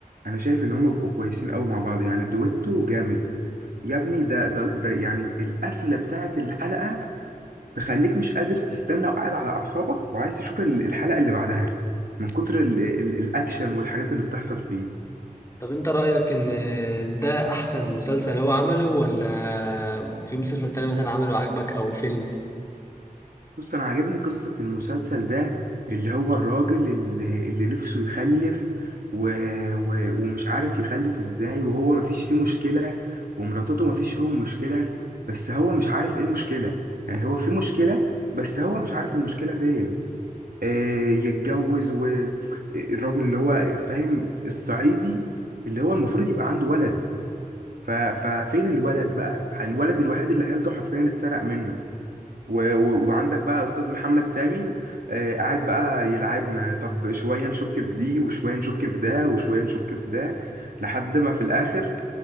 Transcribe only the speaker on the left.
طب أنت رأيك إن آه، ده أحسن مسلسل هو عمله ولا في مسلسل تاني مثلا عمله عاجبك أو فيلم؟